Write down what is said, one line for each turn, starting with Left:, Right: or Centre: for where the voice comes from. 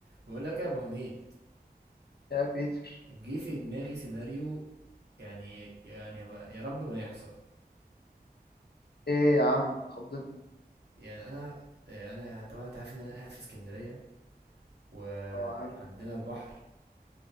Right: بقول لك يا ابو حميد
Left: يا بيتر
Right: جه في دماغي سيناريو يعني يعني يا رب ما يحصل
Left: ايه يا عم خضتني
Right: يعني انا انا طبعا انت عارف ان انا قاعد في اسكندريه وعندنا
Left: اه عارف
Right: البحر